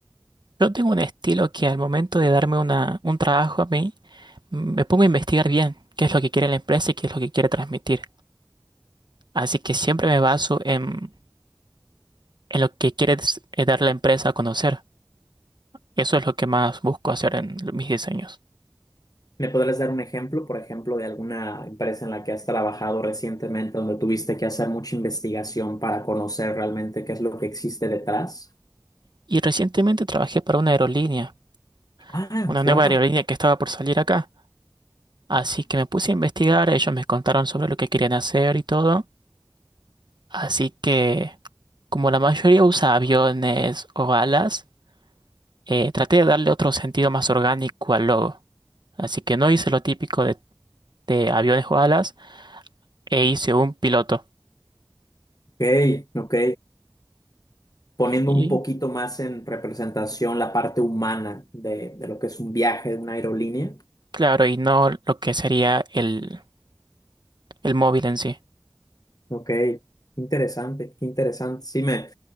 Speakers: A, on the right; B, on the left.
A: Yo tengo un estilo que al momento de darme una, un trabajo a mí, me pongo a investigar bien qué es lo que quiere la empresa y qué es lo que quiere transmitir. Así que siempre me baso en, en lo que quiere des- eh, dar la empresa a conocer. Eso es lo que más busco hacer en lo- mis diseños.
B: ¿Me podrías dar un ejemplo, por ejemplo, de alguna empresa en la que has trabajado recientemente donde tuviste que hacer mucha investigación para conocer realmente qué es lo que existe detrás?
A: Y recientemente trabajé para una aerolínea,
B: Ah,
A: una nueva
B: wow.
A: aerolínea que estaba por salir acá. Así que me puse a investigar, ellos me contaron sobre lo que querían hacer y todo. Así que, como la mayoría usa aviones o alas, eh, traté de darle otro sentido más orgánico al logo. Así que no hice lo típico de de aviones o alas e hice un piloto.
B: Ok, ok. Poniendo
A: Y
B: un poquito más en representación la parte humana de, de lo que es un viaje de una aerolínea.
A: claro, y no lo que sería el, el móvil en sí.
B: Ok, interesante, qué interesante. Sí, me